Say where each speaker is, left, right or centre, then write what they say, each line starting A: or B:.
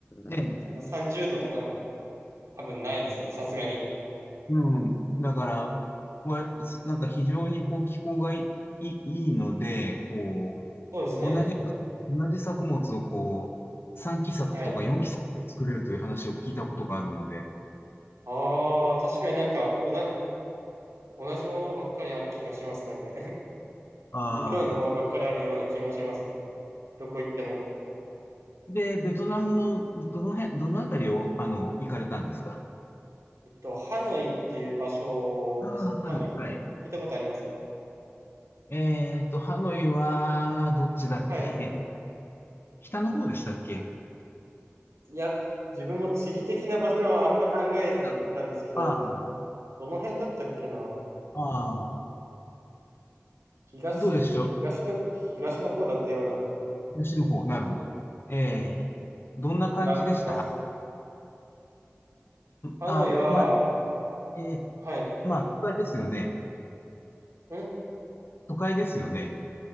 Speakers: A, on the left; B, on the right.
A: ええ
B: そんな30度とかも多分ないですね、さすがに。
A: うん。だから、わなんか非常にこう気候がいい、いいいので、こ
B: そうですね。
A: う、同じ、同じ作物をこう、3期作とか4期作で作れるという話を聞いたことがあるので。
B: はい。ああ、確かになんか、おな、同じものばっかりある気がします、なんか。
A: ああ
B: 似たようなものばっかりあるような気もしますね。どこ行っても。
A: で、ベトナムのどの辺、どのあたりを、あの、行かれたんですか
B: えっと、ハノイっていう場所ですね。
A: あ、ああ、
B: ハノイ。
A: ハノイ、はい。
B: 聞いたことありますか
A: えーと、ハノイは、どっちだっけ
B: はい。
A: <laughs> 北の方でしたっけ
B: いや、自分も地理的な場所はあんま考えずに行ったんですけど、
A: ダブルああ、
B: どの辺だったっけな
A: ああ、
B: 東、
A: どうでしょ
B: 東と、東の方だったような
A: う。吉の方、なるほど。えー、どんな感じでした
B: 気がします。ハノイは、
A: あ、ま、えー
B: はい。
A: まあ、都会ですよね。
B: ん
A: 都会ですよね。